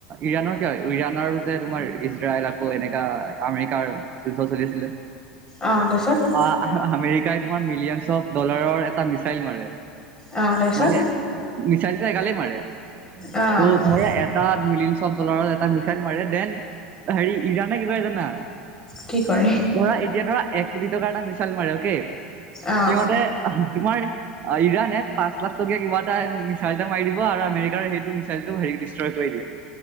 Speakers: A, on the right; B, on the left.
A: ইৰাণৰ কিয় ইৰাণ আৰু যে তোমাৰ ইজৰাইল আকৌ এনেকা আমেৰিকাৰ যুদ্ধ চলি আছিলে।
B: অ', তাৰপিছত।
A: অ', আমেৰিকাই তোমাৰ মিলিয়নছ অফ ডলাৰৰ এটা মিছাইল মাৰে।
B: অ তাৰপিছত
A: মানে মিছাইলটো এগালেই মাৰে ত'
B: অ
A: ধৰা এট তাত মিলয়নচ অফ ডলাৰৰ এটা মিছাইল মাৰে দেন হেৰি ইৰাণে কি কয় জানা?
B: কি কয়?
A: ধৰা এতিয়া ধৰা এক কোটি টকাৰ এটা মিছাইল মাৰে অ'কে,
B: অ
A: সিহঁতে তোমাৰ ইৰানে পাঁচ লাখ টকীয়া কিবা এটা মিচাইল এটা মাৰি দিব আৰু আমেৰিকাৰ সেইটো মিচাইল টো হেৰি ডেষ্ট্ৰয় কৰি দিয়ে।